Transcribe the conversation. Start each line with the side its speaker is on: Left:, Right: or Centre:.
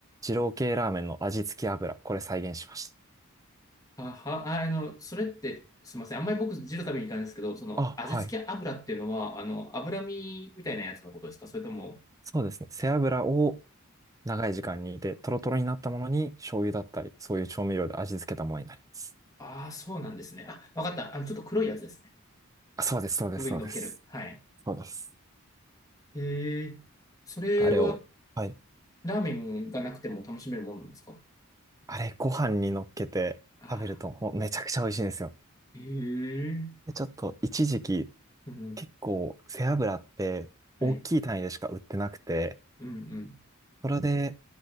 Right: 二郎系ラーメンの味付け油、これ再現しまし
Left: あは、ああの、それって、すみません。あんまり僕、ジル食べに行かないんですけど、その、
Right: た。あ、
Left: 味付け油っていうのは、
Right: はい。
Left: あの、脂身みたいなやつのことですかそれとも、
Right: そうですね。背脂を長い時間煮て、トロトロになったものに醤油だったり、そういう調味料で味付けたものになります。
Left: ああ、そうなんですね。あ、わかった。あの、ちょっと黒いやつですね。
Right: あ、そうです、そうです、
Left: 上に乗っける。
Right: そうです。
Left: はい。
Right: そうです。
Left: へえ。それは、
Right: あれを、はい。
Left: ラーメンがなくても楽しめるもんなんですか
Right: あれ、ご飯に乗っけて食べると、
Left: ああ
Right: ほんめちゃくちゃ美味しいんですよ。
Left: ー、へえ。
Right: で、ちょっと、一時期、
Left: うん
Right: 結構、背脂って大きい単位でしか売ってなくて、
Left: はい。うんうん。
Right: それで